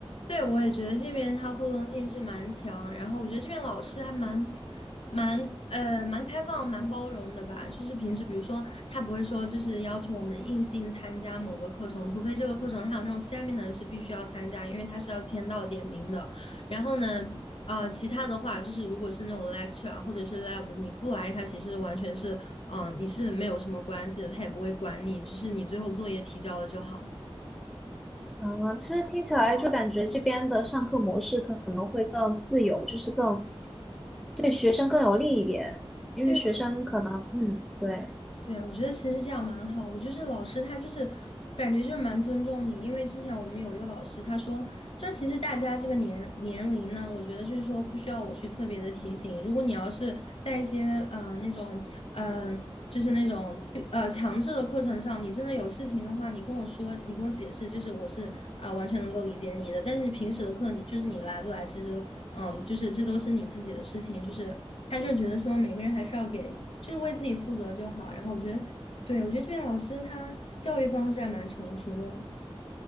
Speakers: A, on the left; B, in the centre.
A: 对，我也觉得这边它互动性是蛮强，然后我觉得这边老师还蛮、蛮呃蛮开放、蛮包容的吧。就是平时比如说他不会说就是要求我们硬性参加某个课程，除非这个课程它有那种 seminar 是必须要参加，因为它是要签到点名的。然后呢，啊，其他的话就是如果是那种 lecture 啊或者是 lab，你不来，他其实完全是嗯、呃你是没有什么关系的，他也不会管你，就是你最后作业提交了就好。
B: 嗯，其实听起来就感觉这边的上课模式可能会更自由，就是更对学生更有利一点，因为学生可能，
A: 对。
B: 嗯，对，
A: 对，我觉得其实这样蛮好的，就是老师他就是感觉就是蛮尊重你，因为之前我们有一个老师，他说这其实大家这个年年龄呢，我觉得就是说不需要我去特别的提醒，如果你要是在一些嗯那种嗯、呃就是那种呃强制的课程上，你真的有事情的话，你跟我说，你跟我解释，就是我是啊、完全能够理解你的，但是平时的课你就是你来不来，其实嗯、就是这都是你自己的事情，就是。他就是觉得说每个人还是要给，就是为自己负责就好。然后我觉得，对，我觉得这边老师他教育方式还蛮成熟的。